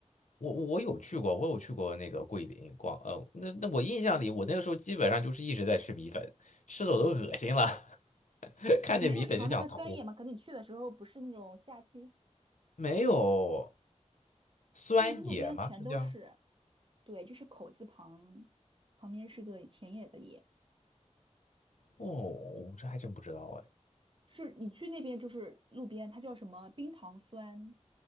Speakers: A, on the left; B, on the right.
A: 我我有去过，我有去过那个桂林广，呃，那那我印象里，我那个时候基本上就是一直在吃米粉，吃的我都恶心了，<laughs> 看见米粉就想吐。
B: 你没有尝他们酸叶吗？可能你去的时候不是那种夏季，
A: 没有酸野吗？
B: 他们的路边全都是，
A: 是叫？
B: 对，就是口字旁，旁边是个田野的野，
A: 哦，我这还真不知道啊
B: 是你去那边就是路边，它叫什么冰糖酸，